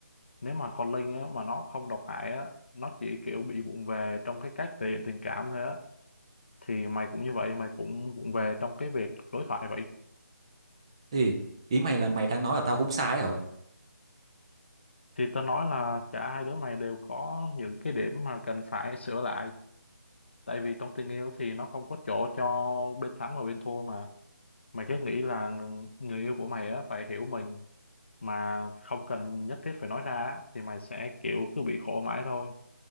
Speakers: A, on the left (about 40°); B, on the right (about 20°).
A: nếu mà con Linh á, mà nó không độc hại á nó chỉ kiểu bị vụng về trong cái cách thể hiện tình cảm thôi á thì mày cũng như vậy mày cũng vụng về trong cái việc đối thoại vậy
B: thì ý mày là mày đang nói là tao cũng sai hả
A: thì tao nói là cả hai đứa mày đều có những cái điểm mà cần phải sửa lại tại vì trong tình yêu thì nó không có chỗ cho bên thắng và bên thua mà mày cứ nghĩ là người yêu của mày á phải hiểu mình mà không cần nhất thiết phải nói ra á, thì mày sẽ kiểu cứ bị khổ mãi thôi